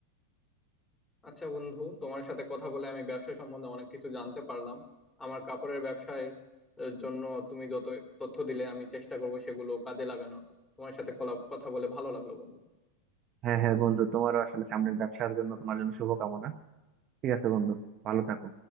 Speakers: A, on the left (about 15°); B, on the right (about 35°).
A: আচ্ছা বন্ধু তোমার সাথে কথা বলে আমি ব্যবসা সম্বন্ধে অনেক কিছু জানতে পারলাম আমার কাপড়ের ব্যবসার আহ, জন্য তুমি যত তথ্য দিলে আমি চেষ্টা করবো সেগুলো কাজে লাগানোর তোমার সাথে কলা- কথা বলে ভালো লাগলো বন্ধু
B: হ্যাঁ হ্যাঁ বন্ধু তোমারও আসলে সামনের ব্যবসার জন্য তোমার জন্য শুভকামনা ঠিক আছে বন্ধু ভালো থাকো